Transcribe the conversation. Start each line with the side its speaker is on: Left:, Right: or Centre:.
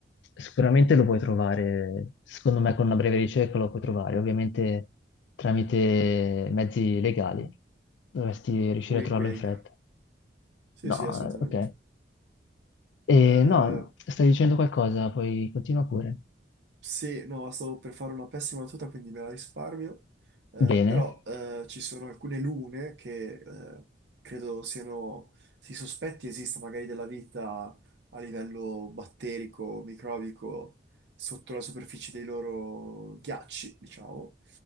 Left: Sicuramente lo puoi trovare, secondo me con una breve ricerca lo puoi trovare, ovviamente tramite mezzi legali. Dovresti riuscire
Right: Wink
Left: a trovarlo
Right: wink.
Left: in fretta.
Right: Sì,
Left: No,
Right: sì, assolutamente.
Left: eh, ok. E,
Right: Eh,
Left: no, stai dicendo qualcosa, poi continua pure.
Right: Sì, no, stavo per fare una pessima battuta, quindi me la risparmio. Eh,
Left: Bene.
Right: però eh, ci sono alcune lune che eh, credo siano, si sospetti esista magari della vita a livello batterico, microbico, sotto la superficie dei loro ghiacci, diciamo.